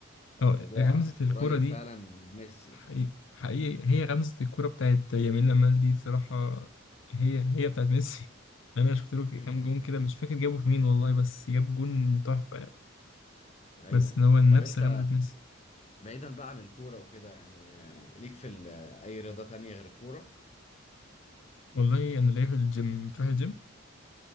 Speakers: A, on the left; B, on the left.
A: فالموضوع
B: اه غمزه الكوره
A: قريب
B: دي
A: فعلا من ميسي
B: حقيقي,
A: يعني
B: حقيقي هي غمزه الكوره بتاعت يمين لامال دي بصراحه هي هي بتاعت ميسي <laughs> انا شفت له
A: <laughs>
B: كام جون كده مش فاكر جابه في مين والله بس جاب جون تحفه يعني
A: ايوه
B: بس إن هو نفس
A: طب انت
B: غمزه ميسي
A: بعيدا بقى عن الكوره وكده يعني آه، ليك في ال- آه، اي رياضه تانية غير الكوره
B: والله انا لاقيه في الجيم تروح الجيم